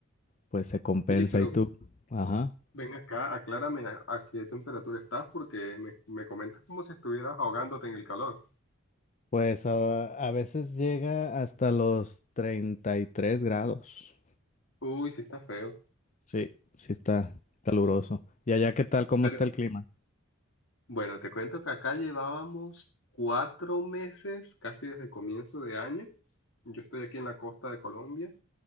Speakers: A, on the left; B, on the left.
A: pues se compensa
B: Oye, pero
A: y tú. Ajá.
B: ven acá, aclárame a, a qué temperatura estás porque me, me comentas como si estuvieras ahogándote en el calor.
A: Pues a, a veces llega hasta los 33 grados.
B: Uy, sí está feo.
A: Sí, sí está caluroso. ¿Y allá qué tal? ¿Cómo
B: Pero
A: está el clima?
B: bueno, te cuento que acá llevábamos cuatro meses, casi desde comienzo de año. Yo estoy aquí en la costa de Colombia,